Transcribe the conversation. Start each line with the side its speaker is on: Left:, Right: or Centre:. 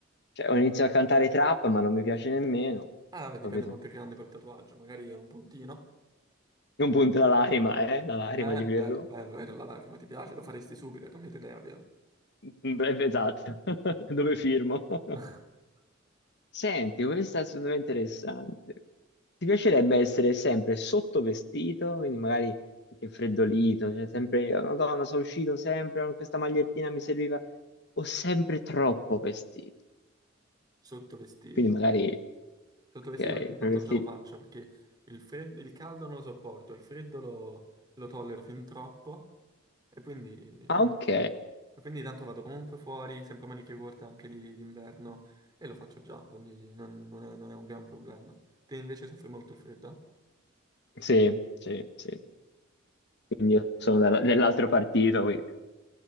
Left: Cioè, ho iniziato a cantare trap, ma non mi piace nemmeno,
Right: Ah, vabbè, dipende
Left: capito?
Right: quanto è grande quel tatuaggio, magari è un puntino.
Left: Non punta la lacrima, eh, la lacrima
Right: Eh,
Left: di Pierrot.
Right: bello, bello, vero, la lacrima ti piace? Lo faresti subito, hai cambiato idea, vero?
Left: Beh, esatto, <laughs> dove firmo? <laughs>
Right: <laughs>
Left: Senti, questa è secondo me interessante. Ti piacerebbe essere sempre sottovestito, quindi magari anche freddolito, cioè sempre, "Oh, Madonna, sono uscito sempre, oh, questa magliettina mi serviva, o sempre troppo vestito.
Right: Sottovestito.
Left: Quindi magari,
Right: Sottovestito
Left: ok,
Right: perché tanto
Left: per vestire...
Right: già lo faccio, perché il fred- il caldo non lo sopporto, il freddo lo, lo tollero fin troppo, e quindi...
Left: Ah,
Right: quindi-
Left: ok,
Right: E Quindi tanto vado comunque fuori, sempre maniche corte anche di- d'inverno e lo faccio già, quindi non, non è, non è un gran problema. Te invece soffri molto il freddo?
Left: sì, sì, sì, quindi io sono dalla- dell'altro partito, quindi-